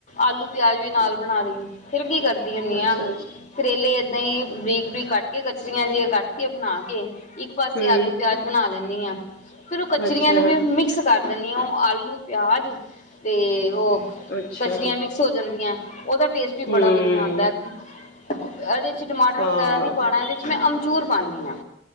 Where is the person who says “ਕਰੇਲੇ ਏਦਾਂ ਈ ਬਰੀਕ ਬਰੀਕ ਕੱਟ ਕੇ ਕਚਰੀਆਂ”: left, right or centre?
Left